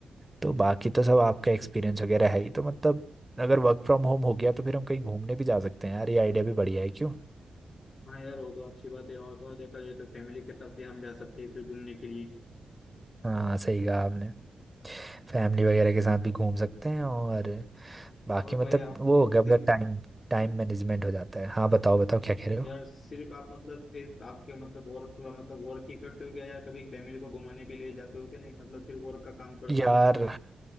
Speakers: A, on the right (about 15°); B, on the left (about 55°).
A: तो बाकी तो सब आपका एक्सपीरियंस वगैरह है ही तो मतलब अगर वर्क फ्रॉम होम हो गया तो फिर हम कहीं घूमने भी जा सकते हैं यार ये आइडिया भी बढ़िया है क्यों
B: हाँ यार वो तो अच्छी बात है और तो और देखा जाए तो फैमिली के साथ भी हम जा सकते हैं फिर घूमने के लिए
A: हाँ सही कहा आपने फैमिली वगैरह के साथ भी घूम सकते हैं और बाकी
B: और भाई
A: मतलब
B: आप
A: वो हो गया
B: सिर्फ
A: मतलब टाइम टाइम मैनेजमेंट हो जाता है हाँ बताओ बताओ क्या कह रहे हो
B: यार सिर्फ आप मतलब फिर आपके मतलब वर्क पूरा मतलब वर्क ही करते हो क्या यार कभी फैमिली को घुमाने भी ले जाते हो क्या नहीं मतलब सिर्फ वर्क का काम करते
A: यार
B: हो